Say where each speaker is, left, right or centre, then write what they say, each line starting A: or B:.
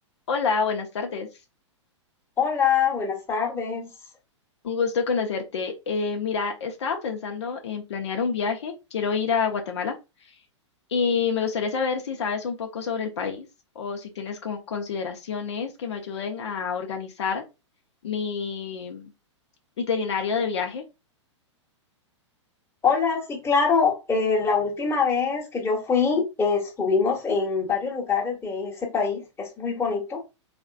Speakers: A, on the left; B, on the left.
A: Hola, buenas tardes.
B: Hola, buenas tardes.
A: Un gusto conocerte. Eh, mira, estaba pensando en planear un viaje. Quiero ir a Guatemala y me gustaría saber si sabes un poco sobre el país o si tienes como consideraciones que me ayuden a organizar mi itinerario de viaje
B: Hola, sí, claro, eh, la última vez que yo fui, eh, estuvimos en varios lugares de ese país, es muy bonito.